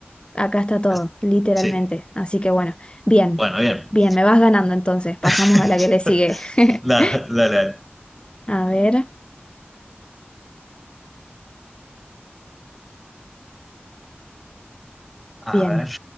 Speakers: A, on the left; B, in the centre.
A: acá está todo,
B: As-
A: literalmente.
B: Sí,
A: Así que bueno, bien,
B: bueno, bien.
A: bien, me vas ganando entonces. Pasamos
B: <laughs>
A: a la que le sigue. <laughs>
B: Dale, dale. dale.
A: A ver,
B: A
A: bien.
B: ver,